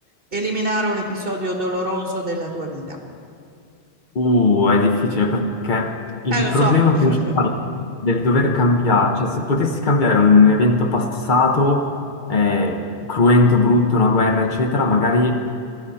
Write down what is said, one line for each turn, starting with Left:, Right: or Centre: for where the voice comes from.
Right: eliminare un episodio doloroso della tua vita.
Left: Uh, è difficile perché il
Right: Eh, lo
Left: problema
Right: so. <laughs>
Left: principale del dover cambiare, cioè se potessi cambiare un evento passato, eh, cruento, brutto, una guerra, eccetera, magari